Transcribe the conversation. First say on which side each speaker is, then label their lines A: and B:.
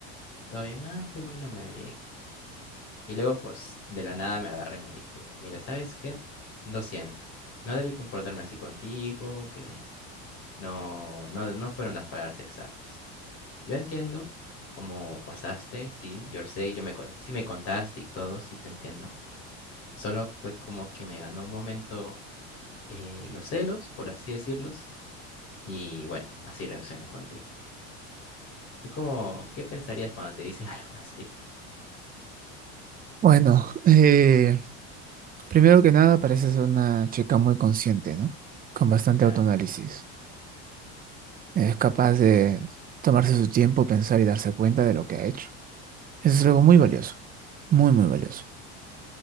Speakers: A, on the left; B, on the right.
A: todo bien, ah, qué bueno, me alegro. Y luego, pues, de la nada me agarra y me dice, mira, ¿sabes qué? Lo siento, no debí comportarme así contigo, que no, no, no fueron las palabras exactas. Yo entiendo cómo pasaste, sí, yo sé, yo me, con- sí me contaste y todo, sí te entiendo. Solo fue como que me ganó un momento eh, los celos, por así decirlos, y bueno, así reaccioné contigo. Fue como, ¿qué pensarías cuando te dicen <laughs> algo así?
B: Bueno, eh, primero que nada, pareces una chica muy consciente, ¿no? Con bastante
A: Claro,
B: autoanálisis. Es capaz de tomarse su tiempo, pensar y darse cuenta de lo que ha hecho. Eso es algo muy valioso, muy, muy valioso.